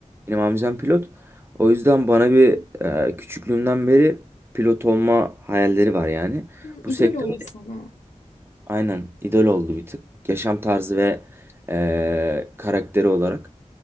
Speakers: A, on the right (about 20°); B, on the left (about 75°).
A: Benim amcam pilot. O yüzden bana bir e, küçüklüğümden beri pilot olma hayalleri var yani.
B: Hmm,
A: Bu
B: İdol
A: sektör
B: oldu sana.
A: Aynen idol oldu bir tık. Yaşam tarzı ve eee, karakteri olarak.